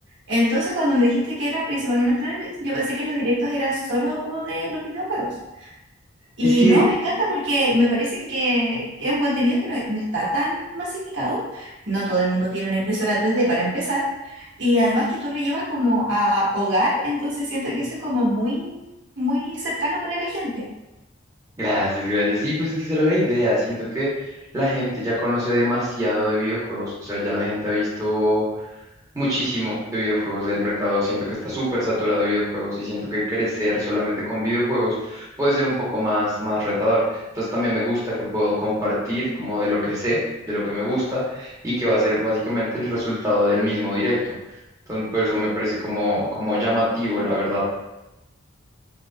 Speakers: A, on the right; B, on the right.
A: Entonces, cuando me dijiste que era principalmente de Twitch, yo pensé que los directos eran solo como de los videojuegos. Y
B: Es que,
A: no, me encanta porque me parece que, que es un contenido que no, no está tan masificado. No todo el mundo tiene una impresora tres d para empezar. Y además que tú lo llevas como a hogar, entonces siento que eso es como muy, muy cercano para la gente.
B: gracias, gracias. Sí, pues es que esa era la idea. Siento que la gente ya conoce demasiado de videojuegos. O sea, ya la gente ha visto muchísimo de videojuegos del mercado. Siento que está súper saturado de videojuegos y siento que crecer solamente con videojuegos puede ser un poco más, más retador. Entonces también me gusta que puedo compartir como de lo que sé, de lo que me gusta y que va a ser básicamente el resultado del mismo directo. Entonces, por eso me parece como, como llamativo, la verdad.